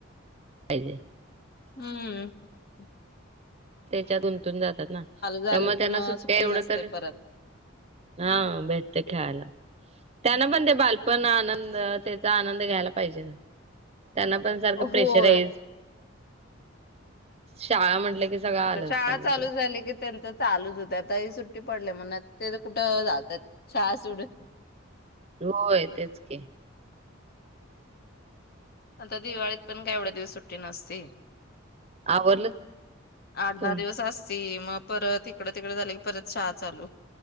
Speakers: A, on the right; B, on the left.
A: पाहिजे
B: हम्म.. ह
A: त्याच्यातुन तून जातात ना
B: झाले
A: त्यामुळे
B: की
A: त्यांना
B: मग
A: सुट्ट्या
B: सुट्टी
A: एवढं
B: नसते
A: तर
B: परत
A: हा भेटते खेळायला त्यांना पण ते बालपण आनंद त्याचा आनंद घ्यायला पाहिजे ना त्यांना पण सारखं प्रेशराईज
B: होय.
A: शाळा म्हटलं की सगळं आलंच
B: आता शाळा
A: त्यामध्ये
B: चालू झाली की त्यांचच.. चालूच होतं त्याताही सुट्टी पडले म्हणत.. ते त कुठं जातात शाळा सोडुन
A: होय तेच की
B: आता दिवाळीत पण काय एवढ्या दिवस सुट्टी नसती....
A: आवरलं
B: आठ
A: तुम
B: दहा दिवस असती. म परत इकडं तिकडं झालं की परत शाळा चालू